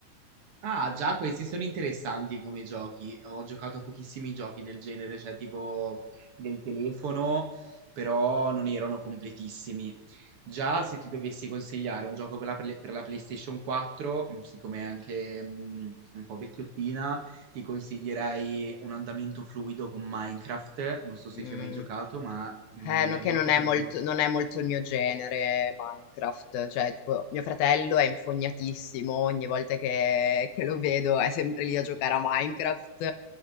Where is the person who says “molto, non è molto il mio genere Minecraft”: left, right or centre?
Left